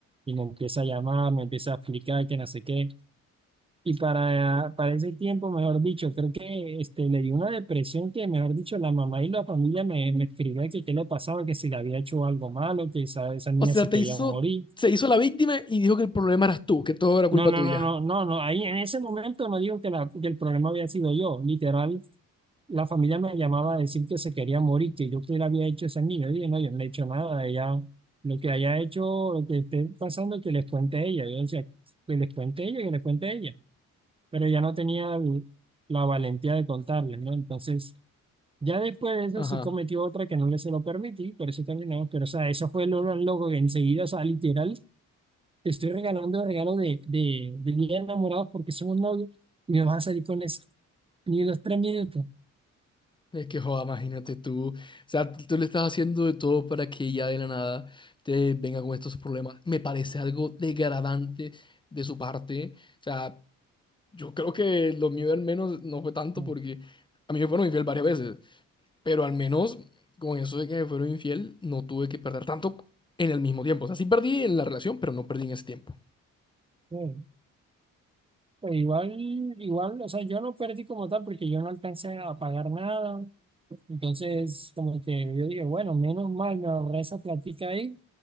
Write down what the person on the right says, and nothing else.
y me empieza a llamar, me empieza a explicar que no sé qué. Y para, para ese tiempo, mejor dicho, creo que este, le dio una depresión que, mejor dicho, la mamá y la familia me, me escribían que qué le pasaba, que si le había hecho algo malo, que esa, esa niña
se
quería
morir.
No, no,
no, no, no, no, ahí en ese momento no digo que, la, que el problema había sido yo, literal. la familia me llamaba a decir que se quería morir, que yo qué le había hecho a esa niña. Yo dije, no, yo no le he hecho nada. Ella, lo que haya hecho, lo que esté pasando, que les cuente a ella. Yo decía, que les cuente a ella, que les cuente a ella. Pero ella no tenía el- la valentía de contarles, ¿no? Entonces, ya después de eso
sí cometió otra que no le se lo permití, por eso terminamos. Pero, o sea, eso fue lo más loco que enseguida, o sea, literal, te estoy regalando regalo de, de, de día de enamorados porque somos novios y me vas a salir con eso. Ni los tres minutos.
No,
no. Pues igual, igual, o sea, yo no perdí como tal porque yo no alcancé a pagar nada. Entonces, como que yo dije, bueno, menos mal me ahorré esa plática ahí